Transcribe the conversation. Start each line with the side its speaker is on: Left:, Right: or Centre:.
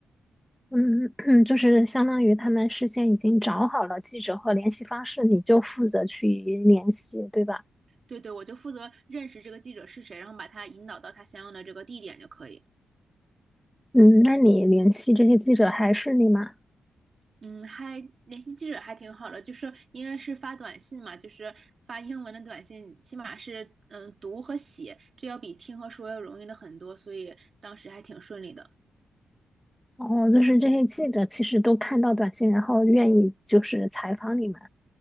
Centre: 嗯，<clears throat> 就是相当于他们事先已经找好了记者和联系方式，你就负责去联系，对吧？
Right: 对对，我就负责认识这个记者是谁，然后把他引导到他相应的这个地点就可以。
Centre: 嗯，那你联系这些记者还是你吗？
Right: 嗯，还联系记者还挺好的，就是因为是发短信嘛，就是发英文的短信，起码是嗯读和写，这要比听和说要容易了很多，所以当时还挺顺利的。
Centre: 哦，就是这些记者其实都看到短信，然后愿意就是采访你们。